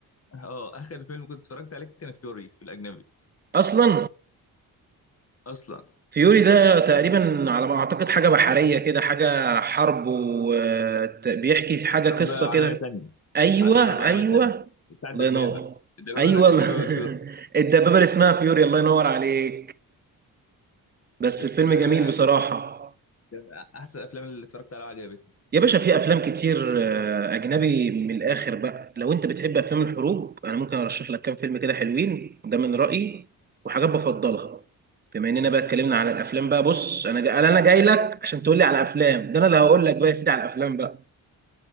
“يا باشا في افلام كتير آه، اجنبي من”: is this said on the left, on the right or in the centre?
Right